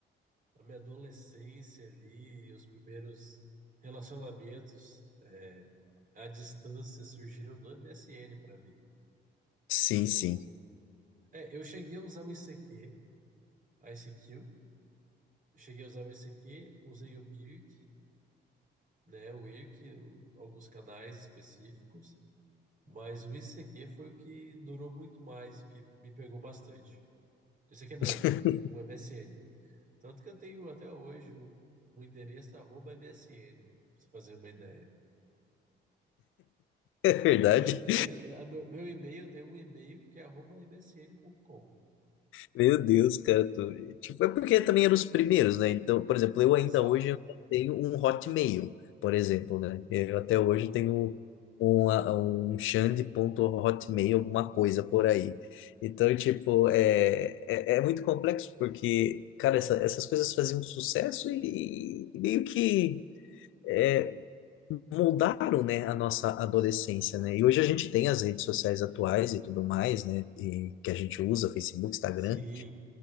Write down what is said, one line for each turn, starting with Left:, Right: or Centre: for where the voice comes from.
Right: a minha adolescência ali, e os primeiros relacionamentos à distância surgiram no MSN para mim.
Left: Sim,
Right: Eu,
Left: sim.
Right: é, eu cheguei a usar o ICQ, a ICQ, cheguei a usar o ICQ, usei o Mirk, né, o Irk, o- alguns canais específicos, mas o ICQ foi o que durou muito mais e que me pegou bastante. ICQ não,
Left: <laughs>
Right: o, o MSN. Tanto que eu tenho até hoje um, um endereço arroba MSN, pra você fazer uma ideia.
Left: É verdade.
Right: O meu Gmail, a meu, meu e-mail tem um e-mail que é arroba MSN.com.
Left: Meu Deus, cara, tu- tipo, é porque também eram os primeiros, né? Então, por exemplo, eu ainda
Right: Exato.
Left: hoje eu tenho um Hotmail, por exemplo, né? Eu até hoje
Right: Aham.
Left: tenho uma, um Xande ponto hotmail, alguma coisa por aí. Então, tipo, é, é, é muito complexo porque, cara, essa- essas coisas faziam sucesso e, e meio que é, moldaram, né, a nossa adolescência, né? E hoje a gente tem as redes sociais atuais e tudo mais, né? E que a gente usa, Facebook, Instagram.
Right: Sim.